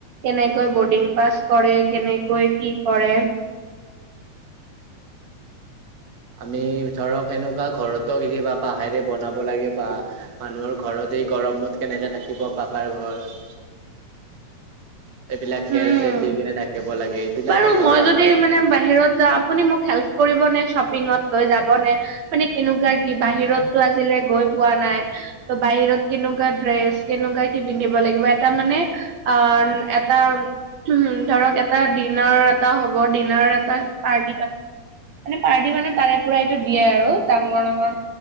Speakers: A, on the right; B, on the right.
A: কেনেকৈ বৰ্ডিং পাছ কৰে কেনেকৈ কি কৰে।
B: আমি ধৰক সেনেকুৱা ঘৰতো কেতিয়াবা বাঁহেৰে বনাব লাগে বা। মানুহৰ ঘৰত এই গৰমত কেনেকে থাকিব পাকাৰ ঘৰত।
A: <inaudible>
B: এইবিলাক খেৰ
A: উম
B: চেৰ দি কিনে থাকিব লাগে এইবিলাকে
A: বাৰু
B: ধৰ
A: মই যদি
B: আৰাম।
A: মানে বাহিৰত যা। আপুনি মোক হেল্প কৰিবনে শ্বপিঙত লৈ যাবনে। মানে কেনেকুৱা কি বাহিৰতটো আজিলে গৈ পোৱা নাই। ত বাহিৰত কেনেকুৱা ড্ৰেছ কেনেকুৱা কি পিন্ধিব লাগিব এটা মানে অ। এটা <unintelligible> ধৰক এটা ডিনাৰ এটা হ'ব ডিনাৰ এটা পাৰ্টি প মানে পাৰ্টি মানে তাৰে পৰা এইটো দিয়ে আৰু ডাঙৰ-ডাঙৰ